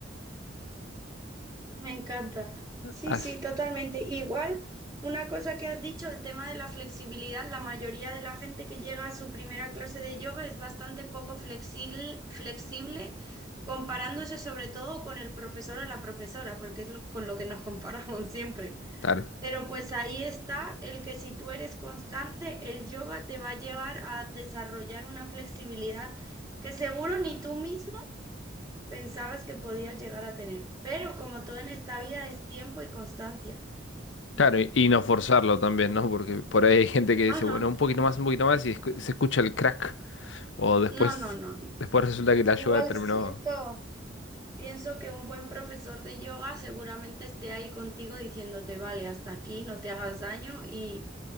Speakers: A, on the right; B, on the left.
A: Me encanta. Sí,
B: As-
A: sí, totalmente. Igual, una cosa que has dicho, el tema de la flexibilidad, la mayoría de la gente que llega a su primera clase de yoga es bastante poco flexible, flexible, comparándose sobre todo con el profesor o la profesora, porque es lo- con lo que nos comparamos <laughs> siempre.
B: claro.
A: Pero pues ahí está el que si tú eres constante, el yoga te va a llevar a desarrollar una flexibilidad que seguro ni tú mismo pensabas que podías llegar a tener. Pero como todo en esta vida es tiempo y constancia.
B: Claro, y, y no forzarlo también, ¿no? Porque por ahí hay gente que dice,
A: Ajá.
B: bueno, un poquito más, un poquito más, y escu- se escucha el crack. O después,
A: No, no, no. no.
B: después resulta que la
A: Igual
B: yoga terminó.
A: siento, pienso que un buen profesor de yoga seguramente esté ahí contigo diciéndote, vale, hasta aquí, no te hagas daño y